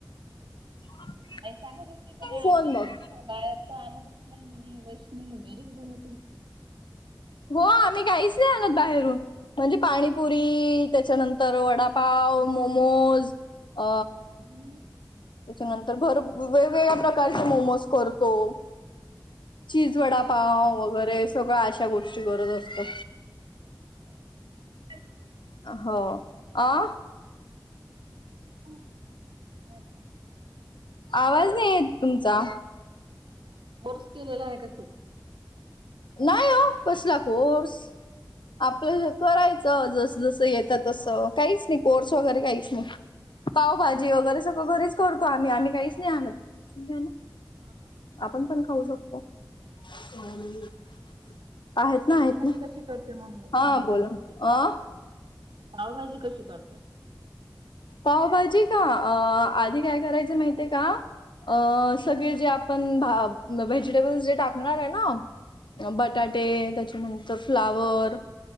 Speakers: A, on the left; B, on the right.
A: <inaudible>
B: आई सांगत होती म्हणे
A: फोन
B: आम्ही
A: बघ
B: अस बाहेरचं आणतच नाही म्हणे. वैष्णवी घरीच बनव
A: हो आम्ही काहीच नाही आणत बाहेरून. म्हणजे पाणीपुरी त्याच्यानंतर वडापाव, मोमोज अ
B: घरी.
A: त्याच्यानंतर भर वेगवेगळ्या प्रकारचे मोमोज करतो. चिज वडापाव वगैरे सगळं अशा गोष्टी करत असतो.
B: हम्म हं.
A: हो. आ?
B: हॅलो.
A: आवाज नाही येत तुमचा.
B: बोर्स केलेला हाय का तू?
A: नाही हो कसला कोर्स. आपलं करायचं जस जसं येतं तसं, काहीच नाही कोर्स वगैरे काहीच नाही. पावभाजी वगैरे सगळं घरीच करतो आम्ही, आम्ही काहीच नाही आणत.
B: पावभाजी कशी
A: आपण
B: करते
A: पण खाऊ
B: म्हणून
A: शकतो. <unintelligible> आहेत ना,
B: पावभाजी
A: आहेत ना.
B: कशी करते म्हणे
A: हा
B: पाव
A: बोला
B: भाजी ती,
A: अ
B: पावभाजी कशी करते.
A: पावभाजी का? आधी काय? करायच माहिती आहे का? अ.
B: बर,
A: सगळे जे आप. पण भा व्हेजिटेबल्स जे टाकणारेय ना, बटाटे
B: बर,
A: तेच्या फ्लावर,